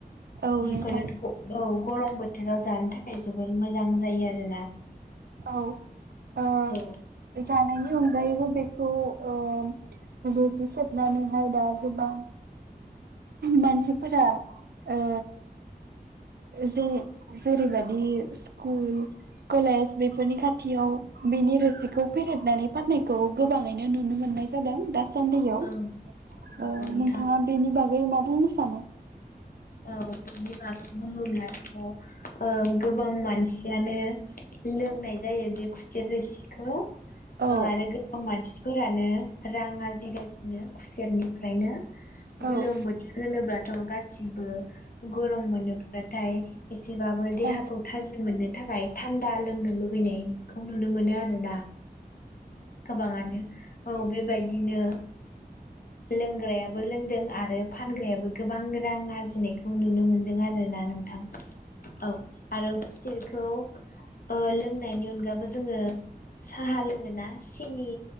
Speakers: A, on the right (about 80°); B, on the left (about 60°).
A: औ
B: बिफोर
A: नोंथां
B: ओ औ। गरम बोथोराव जानो थाखाय जोबोद मोजां जायो आरोना।
A: औ ओ
B: औ
A: जानायनि अनगायैबो बेखौ ओ रुजुसबनानैहाय दा गोबां मानसिफोरा ओ जों जेरैबायदि स्कुल, कलेज बेफोरनि खाथियाव बेनि रोसिखौ फेरेदनानै फाननायखौ गोबाङैनो नुनो मोननाय जादों। दा सान्दैयाव। ओ
B: ओं औ नंगौ नोंथां
A: नोंथाङा बेनि बागै मा बुंनो सानो?
B: औ बिनि बागै बुङोब्लाथ' ओ गोबां मानसियानो लोंनाय जायो बे खुसेर रोसिखौ।
A: औ
B: ओ आरो गोबां मानसि फोरानो रां आरजिगासिनो खुसेरनिफ्रायनो। गोलाम
A: औ
B: बोथोर होनोब्ला थ' गा सिबो गरम मोनोब्लाथाय एसेबाबो देहाखौ
A: औ
B: थाजिम मोननो थाखाय थान्दा लोंनो लुबैनायखौ नुनो मोनो आरो ना गोबाङानो औ बेबायदिनो लोंग्रायाबो लोंदों आरो फानग्रायाबो गोबां रां आरजिनायखौ नुनो मोनदों आरोना नों थां औ आरो जेर खौ ओ लोंनायनि अनगाबो जोङो साहा लोङोना सिनि